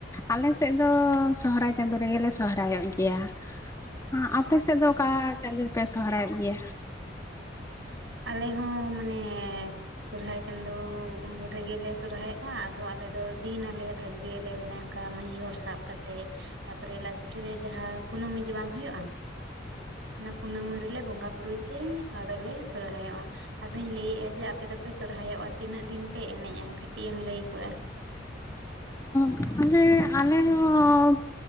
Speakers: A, on the left (about 15°); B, on the right (about 80°).
A: ᱟᱞᱮᱥᱮᱫ ᱫᱚ ᱥᱚᱦᱚᱨᱟᱭ ᱪᱟᱸᱫᱳ ᱨᱮᱜᱮ ᱥᱚᱦᱨᱟᱭᱚᱜ ᱜᱮᱭᱟ ᱟᱸ ᱟᱯᱮ ᱥᱮᱫ ᱫᱚ ᱚᱠᱟ ᱪᱟᱸᱫᱳ ᱯᱮ ᱥᱚᱦᱨᱟᱭᱚᱜ ᱜᱮᱭᱟ
B: ᱟᱞᱮ ᱦᱚᱸ ᱢᱟᱱᱮ ᱥᱚᱨᱦᱟᱭ ᱪᱟᱸᱫᱚ ᱨᱮᱜᱮ ᱞᱮ ᱥᱚᱨᱦᱟᱭᱚᱜᱼᱟ ᱟᱫᱚ ᱟᱞᱮ ᱫᱚ ᱫᱤᱱ ᱟᱞᱮ ᱫᱷᱟᱡᱽᱡᱚᱭᱟᱞᱮ ᱢᱟᱱᱮ ᱚᱱᱠᱟ ᱢᱟᱺᱡᱷᱤ ᱦᱚᱲ ᱥᱟᱵ ᱠᱟᱛᱮᱜ ᱛᱟᱯᱚᱨᱮ ᱞᱟᱥᱴᱮ ᱨᱮ ᱡᱟᱦᱟᱸ ᱠᱩᱱᱟᱹᱢᱤ ᱡᱮ ᱵᱟᱝ ᱦᱳᱭᱳᱜᱼᱟ ᱚᱱᱟ ᱠᱩᱱᱟᱹᱢᱤ ᱨᱮᱞᱮ ᱵᱚᱸᱜᱟ ᱵᱩᱨᱩᱭ ᱛᱮ ᱟᱫᱚᱞᱮ ᱥᱚᱨᱦᱟᱭᱚᱜᱼᱟ ᱟᱫᱚᱧ ᱞᱟᱹᱭᱮᱜᱼᱟ ᱡᱮ ᱟᱯᱮ ᱫᱚᱯᱮ ᱥᱚᱨᱦᱟᱭᱚᱜᱼᱟ ᱛᱤᱱᱟᱹᱜ ᱫᱤᱱ ᱯᱮ ᱮᱱᱮᱡᱼᱟ ᱠᱟᱹᱴᱤᱡ ᱮᱢ ᱞᱟᱹᱭᱠᱚᱜᱼᱟ
A: <inaudible> ᱟᱞᱮ ᱦᱚᱸ